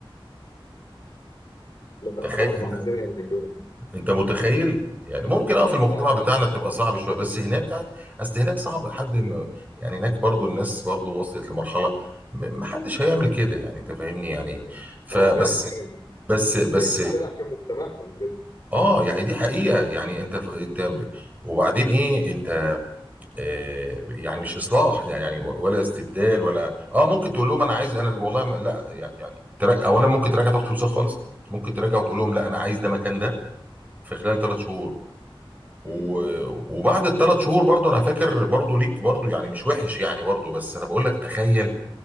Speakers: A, on the left; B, on the right.
A: لا
B: تخيل
A: صعب عندنا يعملوها دي
B: انت متخيل يعني ممكن اه
A: لا
B: في المجتمع
A: صعب
B: بتاعنا
A: عندنا يعملوها.
B: تبقى صعب شويه بس هناك آه، اصل هناك صعب حد ما- يعني هناك برضو الناس برضو وصلت لمرحله م- محدش هيعمل كده يعني انت فاهمني يعني فبس
A: اه فاهم فاهم
B: بس بس
A: بيعملوا كده عشان مجتمعهم كده
B: اه يعني دي حقيقه يعني انت ف- انت وبعدين ايه انت آه يعني مش اصلاح يعني ولا استبدال ولا اه ممكن تقول لهم انا عايز انا والله ما لا يعني تراجع اولا ممكن تراجع تاخد فلوسك خالص ممكن تراجع وتقول لهم لا انا عايز ده مكان ده في خلال ثلاث شهور و-
A: امم
B: وبعد الثلاث شهور برضو انا فاكر برضو ليك برضو يعني مش وحش يعني برضو بس انا بقول لك تخيل